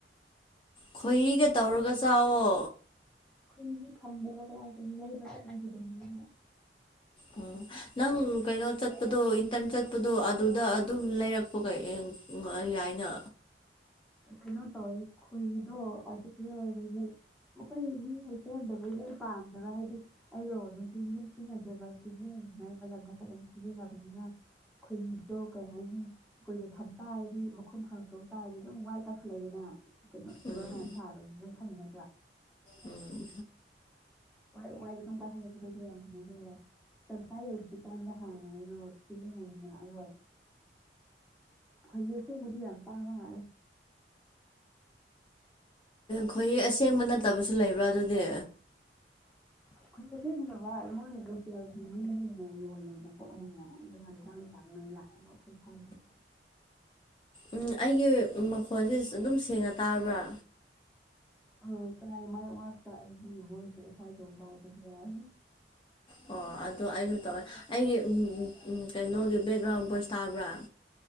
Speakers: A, on the left (about 30°); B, in the centre.
A: ꯈꯣꯏꯍꯤꯒ ꯇꯧꯔꯒ ꯆꯥꯎꯋꯣ
B: ꯑꯩꯈꯣꯏ ꯃꯤ ꯐꯝꯗꯕ ꯀꯗꯥꯏꯗꯅꯤ ꯂꯩꯕ ꯆꯠꯅꯈꯤꯗꯣꯏꯅꯦ
A: ꯑꯣ ꯅꯪ ꯀꯩꯅꯣ ꯆꯠꯄꯗꯣ ꯏꯟꯇꯔꯟ ꯆꯠꯄꯗꯣ ꯑꯗꯨꯗ ꯑꯗꯨꯝ ꯂꯩꯔꯛꯄꯒꯩ ꯆꯥꯏꯅ
B: ꯀꯩꯅꯣ ꯇꯧꯋꯦ ꯈꯣꯏꯍꯤꯗꯣ ꯑꯗꯨ ꯁꯤꯖꯤꯟꯅꯕꯒꯤ ꯃꯈꯣꯏ ꯃꯤꯅ ꯁꯦꯝꯗꯕꯒꯤ ꯑꯩ ꯄꯥꯝꯗꯕ ꯍꯥꯏꯗꯤ ꯑꯩꯗꯣ ꯅꯨꯡꯇꯤꯒꯤ ꯗꯨꯝ ꯁꯤꯖꯤꯟꯅꯗꯕ ꯑꯗꯨꯒꯤ ꯃꯔꯛ ꯃꯔꯛꯇ ꯑꯗꯨꯝ ꯁꯤꯖꯤꯟꯅꯕꯅꯤꯅ ꯈꯣꯏꯍꯤꯗꯣ ꯀꯩ ꯍꯥꯏꯅꯤ ꯀꯨꯏꯅ ꯊꯝ ꯇꯥꯔꯗꯤ ꯃꯈꯨꯝ ꯍꯥꯡꯗꯣꯛ ꯇꯥꯔꯗꯤ ꯑꯗꯨꯝ ꯋꯥꯏꯠ ꯀꯥꯈꯠꯂꯛꯏꯗꯅ ꯀꯩꯅꯣ ꯁꯨꯒꯔ
A: ꯎꯝ
B: ꯃꯌꯥꯝ ꯁꯥꯕꯅꯤ ꯅꯪ ꯈꯪꯉꯤ ꯅꯠꯇ꯭ꯔꯥ
A: ꯎꯝ
B: ꯋꯥꯏꯠ ꯋꯥꯏꯠ ꯑꯗꯨꯝ ꯀꯥꯈꯠꯂꯛꯄꯗꯣ ꯑꯗꯨ ꯌꯥꯝ ꯍꯩꯅꯗꯦꯕ ꯇꯪꯈꯥꯏ ꯌꯧꯗ꯭ꯔꯤ ꯀꯥꯟꯗ ꯍꯥꯟꯅ ꯑꯩꯗꯣ ꯁꯤꯖꯤꯟꯅꯅꯤꯡ ꯉꯛꯑꯥꯔꯣꯏ ꯈꯣꯏꯍꯤ ꯑꯁꯦꯡꯕꯗꯤ ꯌꯥꯝ ꯇꯥꯡꯕ ꯃꯥꯜꯂꯦ
A: ꯈꯣꯏꯍꯤ ꯑꯁꯦꯡꯕ ꯅꯠꯇꯕꯁꯨ ꯂꯩꯕ꯭ꯔꯥ ꯑꯗꯨꯗꯤ
B: <inaudible> ꯈꯣꯏꯍꯤ ꯑꯁꯦꯡꯕꯗꯣ ꯕꯥꯏ ꯃꯣꯏ ꯂꯣꯀꯦꯜꯒꯤ ꯃꯤꯁꯤꯡꯅ ꯌꯣꯜꯂꯦꯕꯀꯣ ꯑꯃꯨꯛ ꯃꯨꯛ ꯑꯗꯨ ꯌꯥꯝ ꯇꯥꯡꯅ ꯇꯥꯡꯅ ꯂꯥꯛꯑꯦꯕ ꯑꯩꯈꯣꯏ ꯐꯪꯗꯦꯕ
A: ꯎꯝ ꯑꯩꯒꯤ ꯃꯈꯣꯜꯁꯤ ꯑꯗꯨꯝ ꯁꯦꯡꯅ ꯇꯥꯕ꯭ꯔꯥ
B: ꯎꯝ ꯇꯥꯏ ꯃꯔꯛ ꯃꯔꯛꯇ ꯑꯩꯒꯤ ꯕꯣꯏꯁꯨ ꯏꯁꯥ ꯏꯇꯣꯟꯇ ꯇꯥꯔꯛꯄꯁꯨ ꯌꯥꯎꯏ
A: ꯑꯣ ꯑꯗꯣ ꯑꯩꯁꯨ ꯇꯧꯋꯦ ꯑꯩꯒꯤ ꯎꯝ ꯀꯩꯅꯣꯒꯤ ꯕꯦꯛꯒ꯭ꯔꯥꯎꯟ ꯕꯣꯏꯁ ꯇꯥꯕ꯭ꯔꯥ